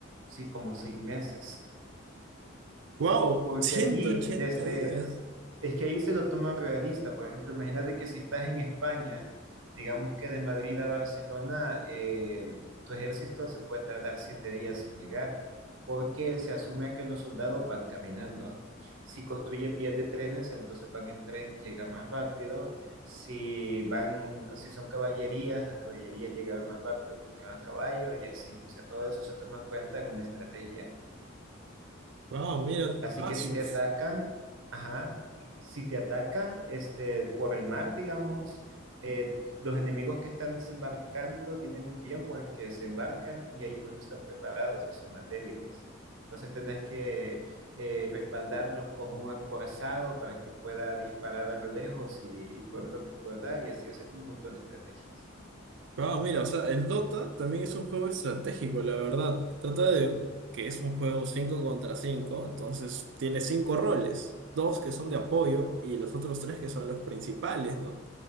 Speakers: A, on the right; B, on the right.
A: sí, como seis meses.
B: ¡Wow!
A: Porque
B: ciento
A: allí,
B: ochenta
A: este,
B: días.
A: es que ahí se lo toman realista. Por ejemplo, imagínate que si estás en España, digamos que de Madrid a Barcelona, eh, tu ejército se puede tardar siete días en llegar, porque se asume que los soldados van caminando. Si construye vías de trenes, entonces van en tren, llega más rápido. Si van, si son caballerías, las caballerías llegarán más rápido porque van a caballo y así. O sea, todo eso se toma en cuenta en una estrategia.
B: ¡Wow! Mira,
A: Así
B: Asus.
A: que si te atacan, ajá, si te atacan este, por el mar, digamos, eh, los enemigos que están desembarcando tienen un tiempo en el que desembarcan y ahí pues no están preparados y son más débiles. Entonces tenés que eh, respaldarlos con un acorazado para que pueda disparar a lo lejos y, y poderlo resguardar y así, o sea, tiene un montón de estrategias.
B: ¡Wow! Mira, o sea, el Dota también es un juego estratégico, la verdad. Trata de que es un juego cinco contra cinco entonces tiene 5 roles. Dos que son de apoyo y los otros tres que son los principales, ¿no?